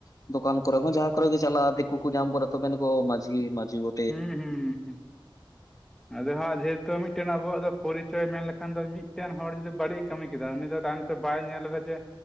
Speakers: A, on the left; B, in the centre.
A: ᱫᱚᱠᱟᱱ ᱠᱚᱨᱮ ᱦᱚᱸ ᱡᱟᱦᱟᱸ ᱠᱚᱨᱮ ᱜᱮ ᱪᱟᱞᱟᱜᱼᱟ ᱫᱤᱠᱩ ᱠᱚ ᱧᱟᱢ ᱵᱚᱱᱟ ᱛᱚ ᱢᱮᱱᱟᱠᱚ ᱢᱟᱡᱷᱤ ᱢᱟᱡᱷᱤ ᱵᱚ
B: ᱦᱩᱸ ᱦᱩᱸ ᱦᱩᱸ ᱦᱩᱸ
A: <inaudible>
B: ᱟᱫᱚ ᱦᱟᱸᱜ ᱡᱮᱦᱮᱛᱩ ᱢᱤᱫᱴᱮᱱ ᱟᱵᱚᱣᱟᱜ ᱫᱚ ᱯᱚᱨᱤᱪᱚᱭ ᱢᱮᱱ ᱞᱮᱠᱷᱟᱱ ᱫᱚ ᱢᱤᱫᱴᱮᱱ ᱦᱚᱲ ᱡᱩᱫᱤ ᱵᱟᱹᱲᱤᱡ ᱮ ᱠᱟᱹᱢᱤ ᱠᱮᱫᱟ ᱩᱱᱤ ᱫᱚ ᱛᱟᱭᱚᱢ -ᱛᱮ ᱵᱟᱭ ᱧᱮᱞ ᱮᱫᱟ ᱡᱮ